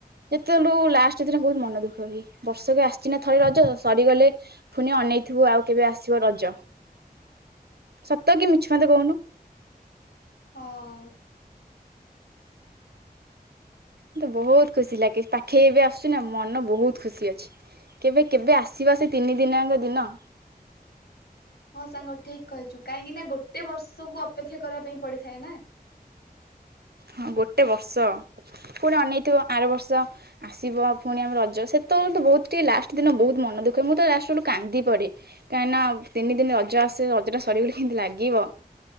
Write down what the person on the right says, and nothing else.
ଯେତେବେଳୁ ଲାଷ୍ଟ ଦିନ ବହୁତ ମନ ଦୁଃଖ ହୁଏ ବର୍ଷକେ ଆସିଚ ନା ଥରେ ରଜ ସରିଗଲେ ପୁଣି ଅନେଇଥିବୁ ଆଉ କେବେ ଆସିବ ରଜ। ସତ କି ମିଛ ମତେ କହୁନୁ?
ମୋତେ ବହୁତ ଖୁସି ଲାଗେ ପାଖେଇ ଏବେ ଆସୁଛିୁ ନା ମନ ବହୁତ ଖୁସି ଅଛି। କେବେ କେବେ ଆସିବା ସେ ତିନି ଦିନି ଆଙ୍କ ଦିନ।
ହଁ, ଗୋଟେ ବର୍ଷ, ପୁଣି ଅନେଇଥିବ ଆର ବର୍ଷ ଆସିବ ପୁଣି ଆମ ରଜ ସେତେବେଳେ ତ ବହୁତ ଟିକେ ଲାଷ୍ଟ ଦିନ ବହୁତ ମନ ଦୁଃଖ ମୁଁ ତ ଲାଷ୍ଟ ବେଳକୁ କାନ୍ଦି ପଡ଼େ। କାଇଁନା ତିନି ଦିନ ରଜ ଆସେ ରଜ ଟା ସରିଗଲେେ କେମିତି ଲାଗିବ।